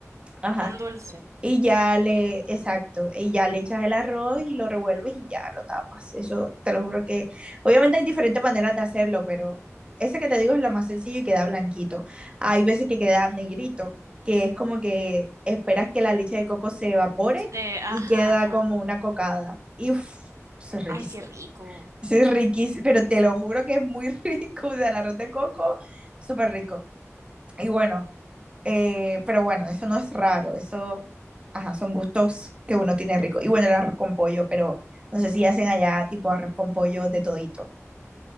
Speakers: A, on the right (about 20°); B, on the right (about 80°).
A: ajá,
B: Tan dulce.
A: y ya le, exacto, y ya le echas el arroz y lo revuelves y ya lo tapas. Eso te lo juro que, obviamente hay diferentes maneras de hacerlo, pero ese que te digo es la más sencilla y queda blanquito. Hay veces que queda negrito, que es como que esperas que la leche de coco se evapore
B: Sí, ajá,
A: y queda
B: ajá.
A: como una cocada. Y uff, eso es riquísimo.
B: Ay, qué rico.
A: Eso es riquísimo, pero te lo juro que es muy <laughs> rico. O sea, el arroz de coco, súper rico. Y bueno, eh, pero bueno, eso no es raro, eso, ajá, son gustos que uno tiene rico. Y bueno, el arroz con pollo, pero no sé si hacen allá tipo arroz con pollo de todito.